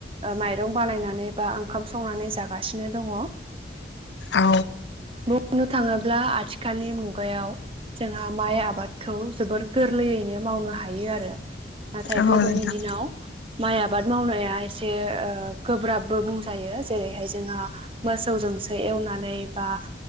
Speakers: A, on the right; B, on the left.
A: माइरं बानायनानै बा ओंखाम संनानै जागासिनो दङ।
B: औ
A: बुंनो थाङोब्ला आथिखालनि मुगायाव जोंहा माइ आबाद बादखौ जोबोर गोरलैयैनो मावनो हायो आरो नाथाय
B: औ
A: गोदोनि
B: नोंथां
A: दिनाव माइ आबाद मावनाया एसे गोब्राबबो बुंजायो जेरैहाय जोंहा मोसौजोंसो एवनानै बा